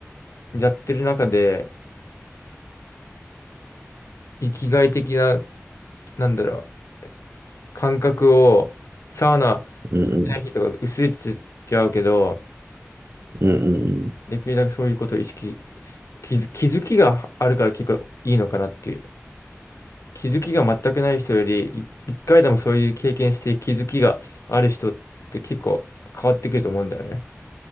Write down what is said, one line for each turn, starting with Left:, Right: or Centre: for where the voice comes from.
Left: う、やってる中で、い生きがい的な、なんだろう、感覚を、サウナ行った日とか薄れちゃうけど、
Right: うんうん。うんうんうん。
Left: できるだけそういうことを意識、気づ、気づきがあるから結構いいのかなっていう。気づきが全くない人より、い一回でもそういう経験して気づきがある人って結構変わってくると思うんだよね。